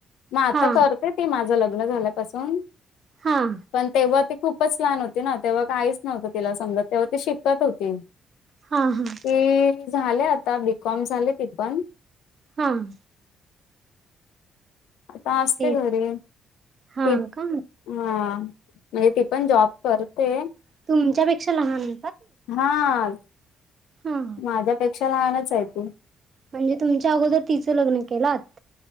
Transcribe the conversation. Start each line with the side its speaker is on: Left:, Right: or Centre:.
Left: मगं आतां
Right: हा
Left: करं करते ती माझं लग्नं झाल्यांपासूनं
Right: हां..
Left: पणं तेंव्हा ती खूपचं लहांन होती नां तेंव्हा कांहीच नव्हतं तिला समजतं तेंव्हा ती शिकतं होती
Right: हां हां.
Left: ते झाले आतां बीकॉम झांले ते पणं
Right: हां..
Left: आतां असतें
Right: तेच
Left: घरी
Right: हा
Left: ते हां
Right: का
Left: म्हणजे ती पणं जॉब करते
Right: तुमच्यांपेक्षां लहांन
Left: हां
Right: हा
Left: माझ्यांपेक्षां लहांनचं आहे ती
Right: म्हणजे तुमच्यां अगोदरं तिचं लग्नं केलां तं